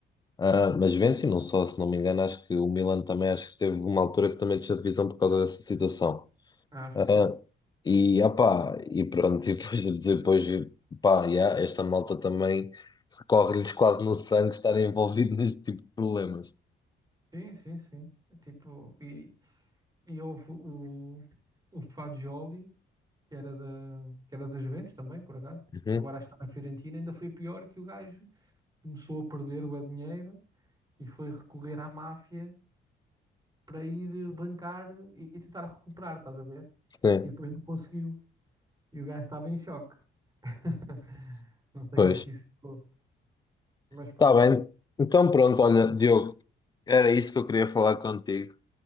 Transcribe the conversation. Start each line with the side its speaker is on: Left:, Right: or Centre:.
Left: Ah, mas Juventus, e não só, se não me engano, acho que o Milan também, acho que teve uma altura que também desceu de divisão por causa dessa situação.
Right: Acho
Left: Ah,
Right: que sim.
Left: e, opá, e pronto, <laughs> e depois, depois pá, yeah, esta malta também corre-lhes quase no sangue estar envolvido neste tipo de problemas.
Right: Sim, sim, sim. Tipo, e, e houve o, o Fagioli, que era da, que era da Juventus também, por acaso.
Left: Uhum.
Right: Agora está na Fiorentina, ainda foi pior que o gajo começou a perder o dinheiro e foi recorrer à máfia para ir bancar e e tentar recuperar, estás a ver?
Left: Sim,
Right: E depois não conseguiu. E o gajo estava em choque. <laughs> Não sei
Left: pois.
Right: como é que isso ficou. Mas
Left: Está
Right: pronto.
Left: bem. Então pronto, olha, Diogo, era isso que eu queria falar contigo.